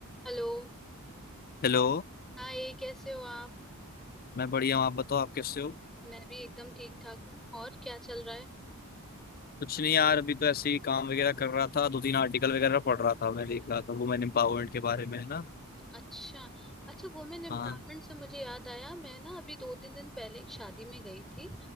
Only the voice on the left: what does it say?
Hello
मैं बढ़िया हूँ आप बताओ आप कैसे हो
कुछ नहीं यार अभी तो ऐसे ही काम वगैरह कर रहा था दो तीन आर्टिकल वगैरह पढ़ रहा था मैं देख रहा था वुमेन एम्पावरमेंट के बारे में है ना
हाँ